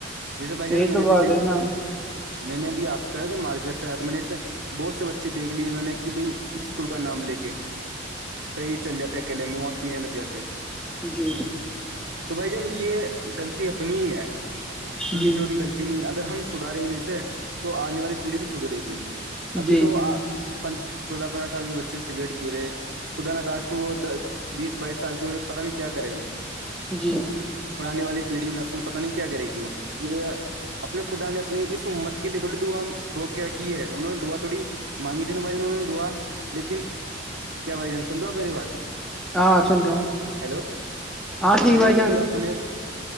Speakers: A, on the right; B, in the centre.
A: جیسے بھائی جن
B: یہی
A: میں
B: تو
A: نے بھی
B: بات
A: دیک
B: ہے نا
A: میں نے بھی آپ سے کہا تھا کہ مارکیٹ سے آ میں نے اسے بہت سے بچے دیکھ لیے میں نے کہ بھائی اسکول کا نام لے کے کئی چل جات ہیں ا کییلے میں وہاں پینے لگ جاتے ہیں
B: جی
A: تو بھائی جان یہ غلطی اپنی ہی ہے
B: جی
A: کسی اور کی غلی نہیں ہے اگر ہم سدھیں گے اسے تو آنے والی پیڑھی بھی سدھرے گی ابھی
B: جی
A: تو آ چودہ پندرہ سال کے بچے سگریٹ پی رہے خدا نقاس پ وہ بیس بائیس سال کی عمر پر پتا نہیں کیا کریں گے
B: جی
A: پرانی والی پیڑھی نسل پتا نہیں کیا کرے گی وہ یہ اپنے خدا نے اپنی اس امت کے لیے تھوڑی دعا روک کے رکھی ہے انہوں نے دعا تھوڑی مانگی ت ن ب جان انہوں نے دھوا لیکن کیا بھائی جان سن رہو ہو آپ میری بات
B: ہاں سن رہا ہوں
A: ہیلو
B: ہاں جی
A: بھجن
B: بھائی جان
A: بھی اپنے